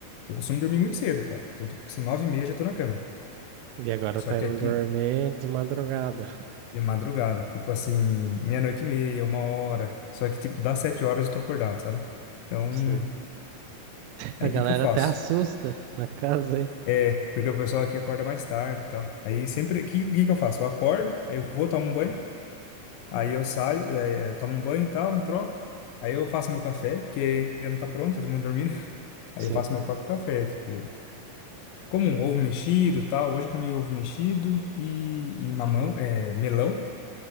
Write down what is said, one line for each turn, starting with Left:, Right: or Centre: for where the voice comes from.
Left: eu costumo dormir muito cedo, cara. Então, tipo assim, nove e meia eu já tô na cama.
Right: E agora
Left: Só
Right: tá
Left: que
Right: indo
Left: aqui
Right: dormir de madrugada. <laughs>
Left: de madrugada, tipo assim, meia-noite e meia, uma hora. Só que, tipo, das sete horas eu tô acordado, sabe? Então,
Right: Sei.
Left: aí
Right: A galera
Left: o que que eu faço?
Right: até assusta na casa aí.
Left: É, porque o pessoal aqui acorda mais tarde e tal. Aí sempre, o que, que que eu faço? Eu acordo, aí eu vou tomo um banho, aí eu saio, é, tomo um banho e tal, me troco. Aí eu faço meu café, porque ainda não tá pronto, tá todo mundo dormindo. <laughs> Aí
Right: Sim,
Left: eu faço meu próprio café, tipo, como um ovo mexido e tal. Hoje eu comi ovo mexido e, e mamão, é, melão.